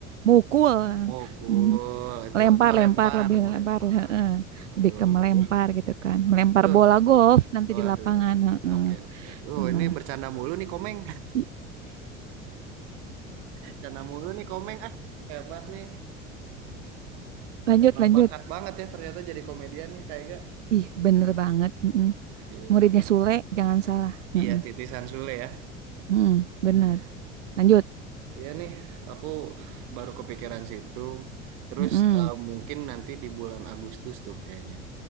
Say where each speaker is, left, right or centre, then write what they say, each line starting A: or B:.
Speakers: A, on the right (about 75°); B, on the right (about 55°).
A: mukul,
B: Mukul
A: Mm,
B: itu
A: lempar-lempar
B: ngelempar,
A: lebih
B: melempar.
A: lempar, heeh.
B: Betul,
A: Lebih ke melempar
B: betul.
A: gitu kan, melempar
B: Aduh,
A: bola golf nanti
B: waduh.
A: di lapangan, heeh.
B: Oke, oke. Uh,
A: Benar.
B: ini bercanda mulu nih Komeng.
A: Ih,
B: <laughs> Bercanda mulu nih Komeng. Ah, hebat nih.
A: Lanjut,
B: Emang
A: lanjut.
B: bakat banget ya ternyata jadi komedian nih kayak gak?
A: Ih, bener banget. heeh.
B: Iya,
A: Muridnya
B: aduh.
A: Sule, jangan salah. Heeh,
B: Iya, titisan Sule ya.
A: heeh, Bener.
B: Hmm.
A: Lanjut.
B: Iya nih, aku baru kepikiran situ. Terus
A: Heeh.
B: eh, mungkin nanti di bulan Agustus tuh kayaknya.